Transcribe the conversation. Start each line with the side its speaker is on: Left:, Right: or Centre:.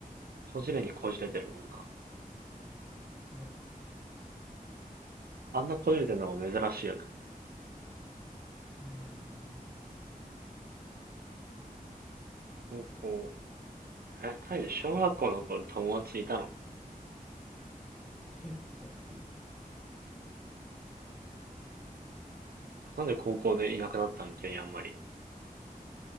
Right: こじれにこじれてるもんな。
Centre: な、
Right: あんなこじれてるのは珍しいよね。
Centre: うん。
Right: 高校。え、タイで小学校の頃友達いたの
Centre: え、いたけど。
Right: なんで高校でいなくなったん急にあんまり。